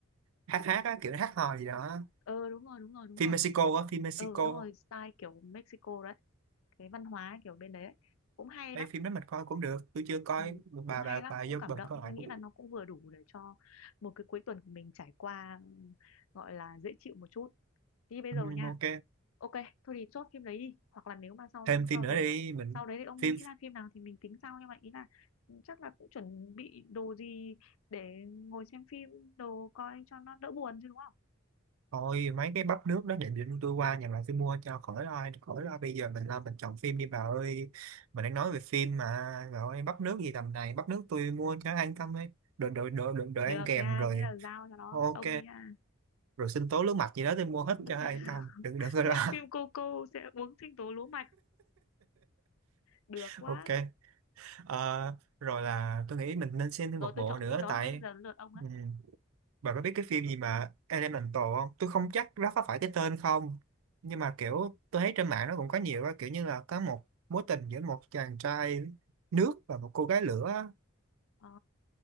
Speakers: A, on the right (about 75°); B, on the left (about 75°).
A: hát hát á kiểu hát hò gì đó
B: ờ đúng rồi đúng rồi đúng
A: phim
B: rồi
A: Mexico á phim Mexico
B: ừ đúng rồi style kiểu Mexico đấy cái văn hóa kiểu bên đấy ấy. cũng hay
A: đây
B: lắm
A: phim đó mình coi cũng được tôi chưa coi
B: Ừ,
A: bà
B: cũng hay
A: bà
B: lắm
A: bà
B: cũng
A: vô
B: cảm
A: bình
B: động
A: coi lại
B: tôi nghĩ
A: cũng
B: là nó cũng vừa đủ để cho một cái cuối tuần của mình trải qua ừ, gọi là dễ chịu một chút đi bây
A: ừ,
B: giờ nha
A: ok
B: ok thôi thì chốt phim đấy đi hoặc là nếu mà sau
A: thêm phim
B: sau
A: nữa
B: đấy
A: đi mình
B: sau đấy thì ông
A: phim
B: nghĩ ra phim nào thì mình tính sau nhưng mà ý là ừ, chắc là cũng chuẩn bị đồ gì để ngồi xem phim đồ coi cho nó đỡ buồn chứ đúng không
A: thôi mấy cái bắp nước đó để định tôi qua nhà lại tôi mua cho khỏi lo khỏi lo bây giờ mình lo mình chọn phim đi bà ơi mình đang nói về phim mà rồi bắp nước gì tầm này bắp nước tôi mua cho an tâm ấy đồ đồ đồ đồ, đồ ăn
B: được
A: kèm
B: nha
A: rồi
B: thế là giao cho nó
A: ok
B: ông ấy nha
A: rồi sinh tố nước mặt gì đó tôi mua hết
B: <laughs>
A: cho an tâm đừng đừng có lo
B: xem phim cô cô sẽ uống sinh tố lúa mạch được
A: <laughs>
B: quá
A: ok Ờ, rồi là tôi nghĩ mình nên xem thêm
B: rồi
A: một
B: tôi
A: bộ
B: chọn
A: nữa
B: phim đó
A: tại
B: rồi đấy giờ đến lượt ông ấy
A: ừ, bà có biết cái phim gì mà Elemental không? Tôi không chắc nó có phải cái tên không nhưng mà kiểu tôi thấy trên mạng nó cũng có nhiều á kiểu như là có một mối tình giữa một chàng trai nước và một cô gái lửa á.
B: ờ